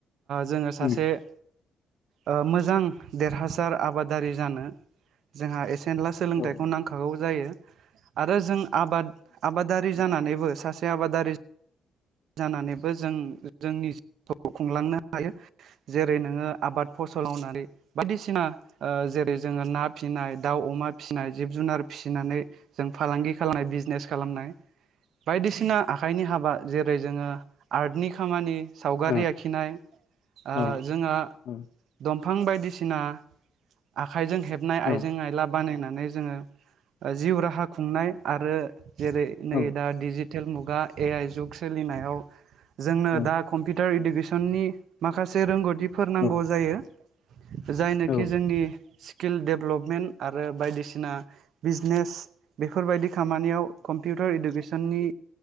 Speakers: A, on the right (about 70°); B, on the left (about 70°).
A: जोंहा
B: उम
A: ओ मोजां देरहासार आबादारि जानो जोंहा एसेनला सोलोंथाइखौ
B: औ उम,
A: नांखागौ जायो आरो जों आबाद आबारि जानानैबो सासे आबादारि जानानैबो जों जोंनि खुंलांनो हायो जेरै नोङो आबाद फसलावनानै बायदिसिना ओ जेरै जोङो ना फिसिनाय दाउ अमा फिसिनाय जिब जुनार फिसिनानै जों फालांगि खालामनाय बिजने खालाम नाय बायदिसिना आखाइनि हाबा जेरै जोङो आर्टनि खामानि सावगारि
B: औ
A: आखिनाय ओ
B: औ
A: जोंहा
B: औ
A: फां बायदिसिना आखाइजों हेबनाय
B: औ
A: आइजें आइला बानायनाय नै जोङो जिउ राहा खुंनाय आरो जेरै नै
B: औ
A: दा दि थेल मुगा ए आइ जुग सोलिनायाव जोंनो
B: औ
A: दा कम्पिउटार इडु सननि माखासे रोंगौथिफोर
B: औ
A: नांगौ जायो जायनोखि
B: औ
A: जोंनि स्किल डेभेलपमेन्ट आरो बायदिसिना बिजनेस बेफोरबायदि खामानियाव कम्पिउटार इडुकेसननि